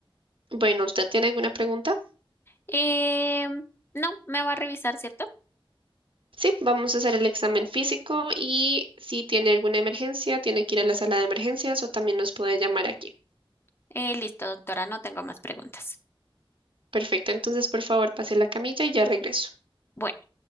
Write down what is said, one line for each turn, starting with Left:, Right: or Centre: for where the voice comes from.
Right: Bueno, ¿usted tiene alguna pregunta?
Left: Eh, no, me va a revisar, ¿cierto?
Right: Sí, vamos a hacer el examen físico y si tiene alguna emergencia, tiene que ir a la sala de emergencias o también nos puede llamar aquí.
Left: Eh, listo, doctora, no tengo más preguntas.
Right: Perfecto, entonces por favor pase a la camilla y ya regreso.
Left: Bueno.